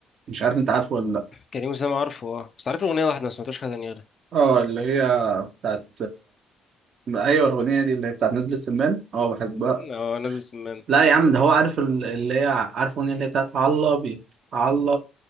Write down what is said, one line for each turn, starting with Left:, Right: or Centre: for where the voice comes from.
Right: مش عارف أنت عارفه ولا لأ
Left: كريم أسامة عارفه أه بس عارف له أغنية واحدة ما سمعتوش حاجة تانية غيرها
Right: أه اللي هي بتاعت أيوه الأغنية دي اللي هي بتاعت نازل السمان أه بحبها
Left: أه نازل سمان
Right: لا يا عم ده هو عارف ال- اللي هي عارف الأغنية اللي هي بتاعت على الأبيض على